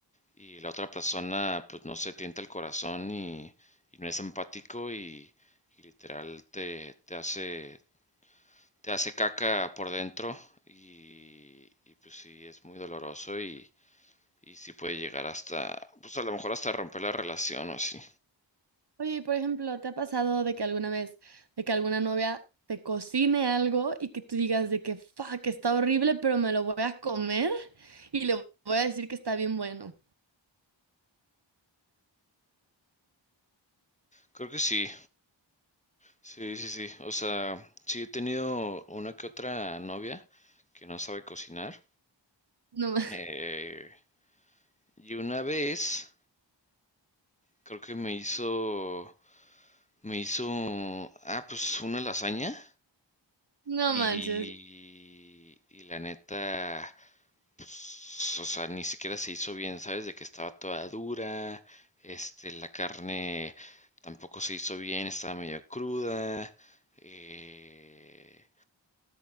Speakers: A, on the left; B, on the right.
A: y la otra persona, pues no se tienta el corazón y, y no es empático y, y literal te, te hace te hace caca por dentro y, y pues sí, es muy doloroso y, y sí puede llegar hasta, pues a lo mejor hasta romper la relación o así.
B: Oye, y por ejemplo, ¿te ha pasado de que alguna vez, de que alguna novia te cocine algo y que tú digas de que, fuck, está horrible, pero me lo voy a comer y le voy a decir que está bien bueno?
A: Creo que sí, sí, sí, sí. O sea, sí he tenido una que otra novia que no sabe cocinar.
B: No, ma- <laughs>
A: Eh, y una vez creo que me hizo, me hizo, ah, pues una lasaña
B: no
A: y,
B: manches.
A: y la neta, Pues, o sea, ni siquiera se hizo bien, ¿sabes? De que estaba toda dura, este, la carne tampoco se hizo bien, estaba medio cruda. eh,